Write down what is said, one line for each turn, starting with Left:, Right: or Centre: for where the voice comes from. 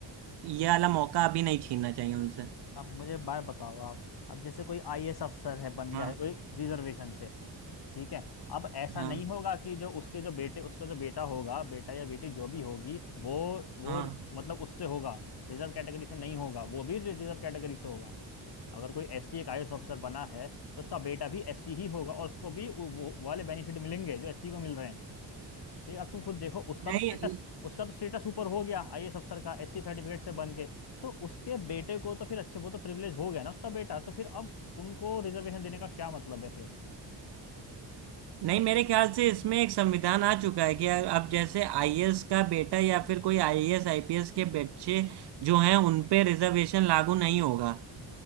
Right: ये वाला मौका अभी नहीं छीनना चाहिए उनसे
Left: अब मुझे बात बताओ आप अब जैसे कोई आईएएस अफसर है बन
Right: हाँ
Left: गया है कोई रिजर्वेशन से ठीक है अब ऐसा
Right: हाँ
Left: नहीं होगा कि जो उसके जो बेटे उसका जो बेटा होगा बेटा या बेटी जो भी होगी वो वो
Right: हाँ
Left: मतलब उससे होगा रिजर्व कैटेगरी से नहीं होगा वो भी रिजर्व कैटेगरी से होगा अगर कोई एससी एक आईएएस ऑफिसर बना है तो उसका बेटा भी एससी ही होगा और उसको भी वो वो वाले बेनिफिट मिलेंगे जो एससी को मिल रहे हैं ठीक है अब तुम खुद देखो उसका
Right: नहीं
Left: तो स्टेटस उसका तो स्टेटस ऊपर हो गया आईएएस अफसर का एससी सर्टिफिकेट से बन के तो उसके बेटे को तो फिर अच्छे वो तो प्रिविलेज हो गया ना उसका बेटा तो फिर अब उनको रिजर्वेशन देने का क्या मतलब है
Right: नहीं मेरे ख्याल से इसमें एक संविधान आ चुका है कि अब जैसे आईएएस का बेटा या फिर कोई आईएएस आईपीएस के बच्चे
Left: फिर
Right: जो हैं उन पे रिजर्वेशन लागू नहीं होगा